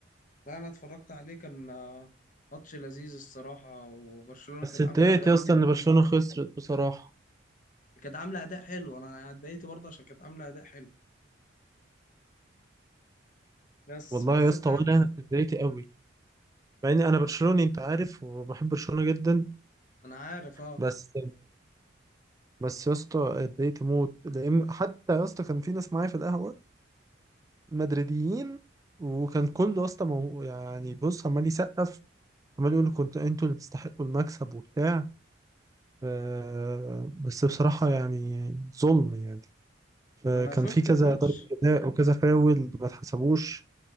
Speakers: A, on the left (about 40°); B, on the right (about 20°).
A: لا انا اتفرجت عليه كان آه، ماتش لذيذ الصراحة وبرشلونة
B: بس
A: كانت
B: اتضايقت
A: عاملة اداء
B: يا اسطى
A: حلو
B: ان برشلونة خسرت بصراحة
A: كانت عاملة اداء حلو انا اتضايقت برضه عشان كانت عاملة اداء حلو بس
B: والله
A: بس
B: يا اسطى
A: انت ع-
B: وانا اتضايقت قوي مع اني انا برشلوني انت عارف وبحب برشلونة جدا
A: انا عارف اه
B: بس بس يا اسطى اتضايقت موت لان حتى يا اسطى كان في ناس معايا في القهوة مدريديين وكان كله يا اسطى مو- يعني بص عمال يسقف عمال يقول كنت انتوا اللي تستحقوا المكسب وبتاع آه، بس بصراحة يعني ظلم يعني فكان
A: ما انا شفت
B: في كذا
A: الماتش
B: ضربة جزاء وكذا فاول ما اتحسبوش